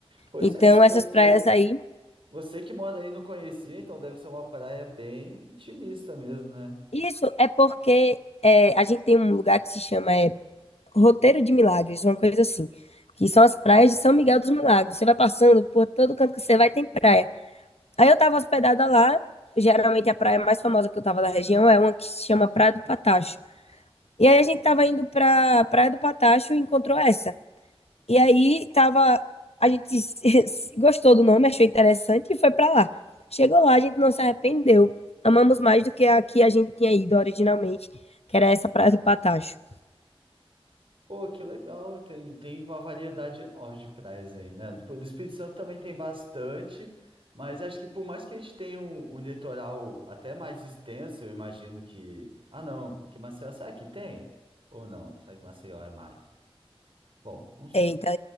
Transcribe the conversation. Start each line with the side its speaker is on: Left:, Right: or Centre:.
Right: Pois
Left: Então,
Right: é, se você.
Left: essas praias aí.
Right: Você que mora aí não conhecia, então deve ser uma praia bem intimista mesmo, né?
Left: Isso é porque é, a gente tem um lugar que se chama é, Roteiro de Milagres, uma coisa assim. Que são as praias de São Miguel dos Milagres. Você vai passando por todo canto que você vai, tem praia. Aí eu tava hospedada lá, geralmente a praia mais famosa que eu tava da região é uma que se chama Praia do Patacho. E aí a gente tava indo pra Praia do Patacho e encontrou essa. E aí tava, a gente <laughs> gostou do nome, achou interessante e foi pra lá. Chegou lá, a gente não se arrependeu. Amamos mais do que a que a gente tinha ido originalmente, que era essa Praia do Patacho.
Right: Pô, que legal, tem, tem uma variedade enorme de praias aí, né? Tipo, No Espírito Santo também tem bastante, mas acho que por mais que a gente tenha um, um litoral até mais extenso, eu imagino que. Ah, não, que Maceió, será que tem? Ou não? Será que Maceió é mais? Bom, não sei.
Left: Eita,